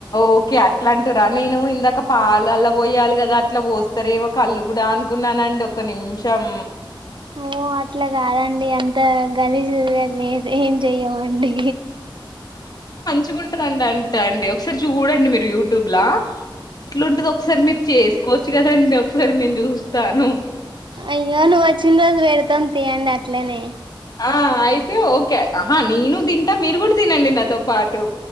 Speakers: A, on the left; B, on the right.
A: ఓకే అట్లా అంటురా నేను ఇందాక పాలు అల్ల పోయాలి కదా అట్లా పోస్తారేమో కల్లు గూడా అనుకున్నానండి ఒక నిమిషం
B: ఓ అట్లా కాదండి అంత గలీజు <unintelligible> లేదు ఏం చెయ్యమండి
A: ముట్టుకుంటదంటండి ఒకసారి చూడండి మీరు యూట్యూబ్లా ఎట్లుంటది ఒకసారి మీరు చేసుకోవచ్ చూడండి ఒకసారి నేను చూస్తాను
B: అయ్యో నువ్వు వచ్చిన రోజు పెడతాం తీయండి అట్లనే
A: ఆ అయితే ఓకే ఆహా నేను తింటా మీరు కూడా తినండి నాతో పాటు